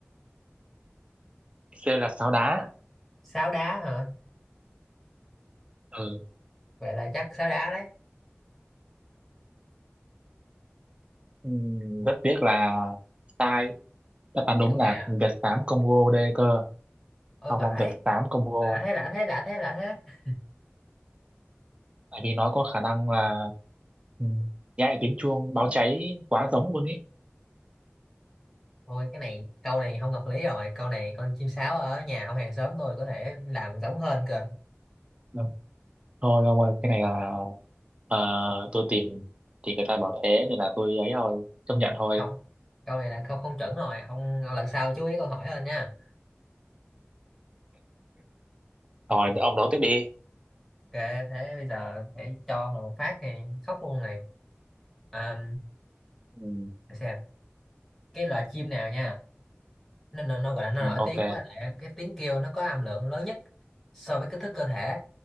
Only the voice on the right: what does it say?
C là sáo đá
ừ.
Ừ. rất tiếc là sai đáp án
đúng
là
Việt tám Congo D cơ
không
ông Việt tám Congo
tại vì nó có khả năng là ừ, nhái tiếng chuông báo cháy quá giống luôn ý
Ừ. thôi ông ơi cái này là ờ, tôi tìm thì người ta bảo thế nên là tôi ấy thôi chấp nhận thôi
rồi ông đó tiếp đi
ừ,
ừ,
ok